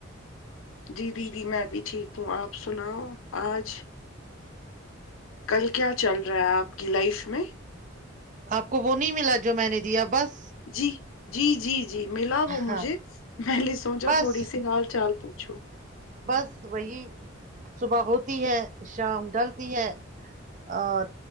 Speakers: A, on the left; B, on the right.
A: جی جی جی میں بھی ٹھیک ہوں آپ سناؤ آج کل کیا چل رہا ہے آپ کی لائف میں؟
B: آپ کو وہ نہیں ملا جو میں نے دیا بس
A: جی جی جی ج جی ملا وہ مجھے
B: ہاں
A: میں نے سوچا
B: بس
A: تھوڑی سی ہال چال پوچھو
B: ب وہی صبح ہوتی ہے شام ڈلتی ہے اور